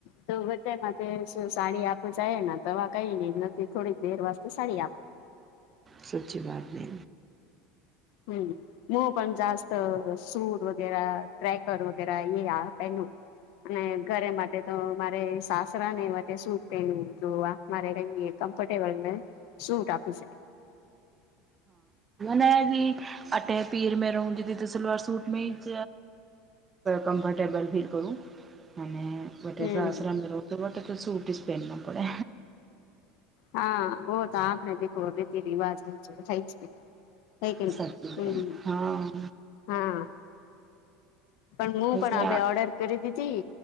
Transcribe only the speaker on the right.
સચી વાતને.
ના જી અટે પીર મે રઉગી તો ભી સલવાર સૂટ મેઈ ચ કમ્ફર્ટેબલ ફીલ કરું અને અટે
તો આશ્રમ <unintelligible> તો સૂટ જ પહેનના પડે.
સાચી
બેન હા
વૈસે
આ